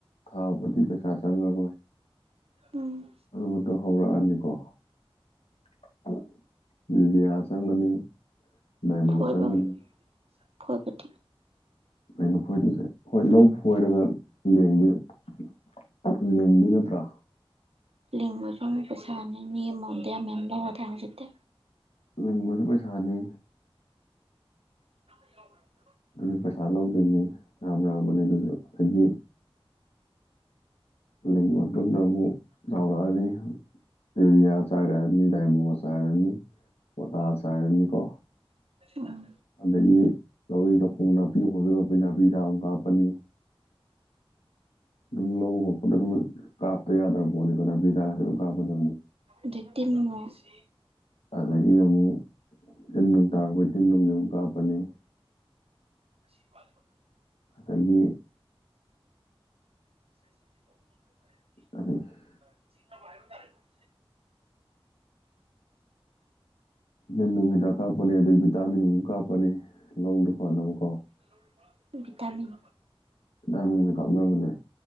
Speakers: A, on the left; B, on the right.
A: ꯊꯥꯕꯗꯤ ꯄꯩꯁꯥ ꯆꯪꯉꯔꯣꯏ꯫
B: ꯎꯝ
A: ꯑꯗꯨꯝꯕꯗꯨ ꯍꯧꯔꯛꯑꯅꯤꯀꯣ <unintelligible> ꯆꯪꯒꯅꯤ ꯗꯥꯏꯃꯣ
B: ꯐꯣꯏꯕ
A: ꯆꯪꯒꯅꯤ
B: <unintelligible>
A: ꯀꯩꯅꯣ ꯈꯣꯏꯗꯣꯏꯁꯦ ꯍꯣꯏ ꯂꯧ ꯈꯣꯏꯔꯒ ꯂꯦꯡꯕꯤ <unintelligible> ꯅꯠꯇ꯭ꯔꯥ
B: ꯂꯤꯡꯕꯁꯨꯨ ꯑꯃꯨꯛ ꯄꯩꯁꯥꯅꯤ ꯃꯤ <unintelligible> ꯌꯥꯝ ꯃꯌꯥꯝ <unintelligible> ꯍꯧꯖꯤꯛꯇꯤ
A: ꯂꯤꯡꯕꯁꯨ ꯄꯩꯁꯥꯅꯤ
B: <unintelligible>
A: ꯑꯗꯨꯒꯤ ꯄꯩꯁꯥ ꯂꯧꯗꯣꯏꯅꯤ ꯌꯥꯝ ꯌꯥꯝꯕꯅꯤ ꯑꯗꯨꯁꯨ ꯑꯗꯒꯤ ꯂꯤꯡꯕ ꯃꯇꯨꯡꯗ ꯑꯃꯨꯛ ꯆꯥꯎꯔꯛꯑꯅꯤ ꯌꯨꯔꯤꯌꯥ ꯆꯥꯏꯔꯅꯤ ꯗꯥꯏꯃꯣ ꯆꯥꯥꯏꯔꯅꯤ ꯄꯣꯇꯥꯁ ꯆꯥꯏꯔꯅꯤꯀꯣ
B: ꯎꯝ
A: ꯑꯗꯒꯤ ꯂꯧꯔꯤ ꯂꯧꯈꯣꯡ ꯅꯥꯄꯤ ꯍꯧꯖꯤꯜꯂꯛꯄꯩ ꯅꯥꯄꯤ ꯍꯤꯗꯥꯛ ꯑꯃꯨꯛ ꯀꯥꯞꯄꯅꯤ ꯑꯗꯨꯝ ꯂꯧꯕ <unintelligible> ꯑꯗꯨꯝ ꯀꯥꯞꯇ ꯌꯥꯗ꯭ꯔ ꯄꯣꯠꯅꯤꯀꯣ ꯅꯥꯄꯤ ꯍꯤꯗꯥꯛ ꯑꯗꯨꯝ ꯀꯥꯞꯄꯗꯕꯅꯤ
B: ꯑꯗꯨ ꯇꯤꯟ <unintelligible>
A: ꯑꯗꯒꯤ ꯑꯃꯨꯛ ꯇꯤꯟ ꯅꯨꯡ ꯇꯥꯔꯛꯄꯩ ꯇꯤꯟ ꯅꯨꯡꯁꯨ ꯑꯃꯨꯛ ꯀꯥꯞꯄꯅꯤ
B: <unintelligible>
A: ꯗꯒꯤ
B: <unintelligible>
A: <unintelligible>
B: <unintelligible>
A: ꯅꯦꯟ ꯅꯨꯡ ꯍꯤꯗꯥꯛ ꯀꯥꯞꯄꯅꯤ ꯑꯗꯒꯤ ꯚꯤꯇꯥꯃꯤꯟ ꯑꯃꯨꯛ ꯀꯥꯞꯄꯅꯤ ꯂꯧꯗꯨ ꯐꯅꯕꯀꯣ
B: <unintelligible> ꯚꯤꯇꯥꯃꯤꯟ
A: <unintelligible> ꯀꯥꯞꯅꯕꯅꯦ